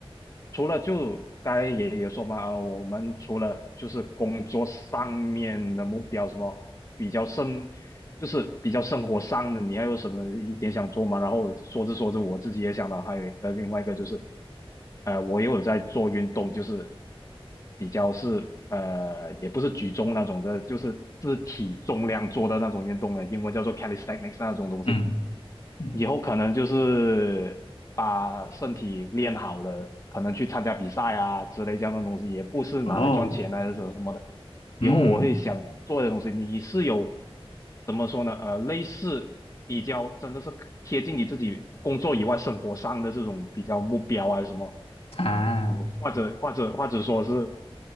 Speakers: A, on the left; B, on the left.
A: 除了就刚才也也说嘛，呃，我们除了就是工作上面的目标，什么比较生，就是比较生活上的，你还有什么一点想做吗？然后说着说着，我自己也想到还有一个另外一个就是，呃，我也有在做运动，就是比较是呃，也不是举重那种的，就是自体重量做的那种运动呢，英文叫做 calisthenics 那种东西。
B: 嗯嗯
A: 以后可能就是把身体练好了，可能去参加比赛啊之类这样的东西，也不是拿来赚钱啊什么什么的。
B: 哦，
A: 以后我会想做的东西，
B: 嗯
A: 你是有怎么说呢？呃，类似比较真的是贴近你自己工作以外生活上的这种比较目标啊什么，
B: 啊，
A: 嗯，或者或者或者说是